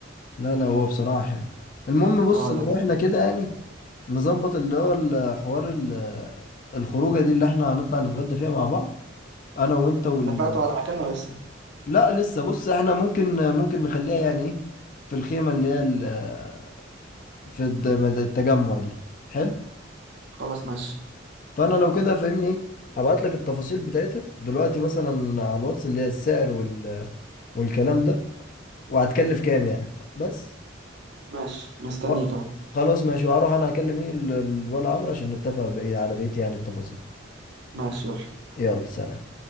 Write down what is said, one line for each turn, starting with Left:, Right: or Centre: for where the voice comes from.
Left: لا لا هو بصراحه حلو المهم بص
Right: اه ولا
Left: لو
Right: حاجة
Left: احنا كده يعني نظبط اللي هو الحوار ال- الخروجه دي اللي احنا هنطلع نتغدى فيها مع بعض انا وانت وال
Right: اتفقتوا على مكان ولا لسه
Left: لا لسه بص احنا ممكن ممكن نخليها يعني ايه في الخيمه اللي هي ال- في الد- التجمع دي حلو
Right: خلاص ماشي
Left: فانا لو كده فاهمني ايه هبعت لك التفاصيل بتاعتها دلوقتي مثلا على الواتس اللي هي السعر وال... والكلام ده وهتكلف كام يعني بس
Right: ماشي مستنيك
Left: و-
Right: اهو
Left: خلاص ماشي وهروح انا اكلم ايه ال- ال- ولا عمرو عشان نتفق بقية- على بقية يعني التفاصيل
Right: ماشي يلا
Left: يلا سلام